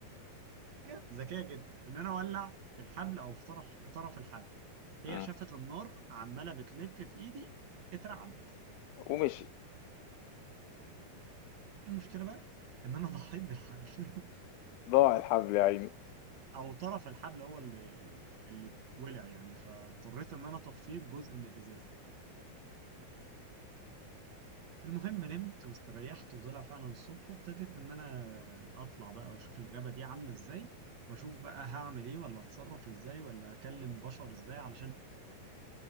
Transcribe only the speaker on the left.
مم.
ومشي
ضاع الحب يا عيني